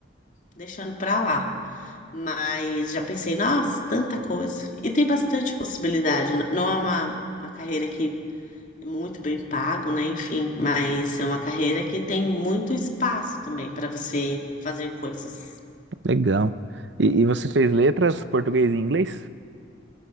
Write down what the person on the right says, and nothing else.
legal. E, e você fez letras, português e inglês?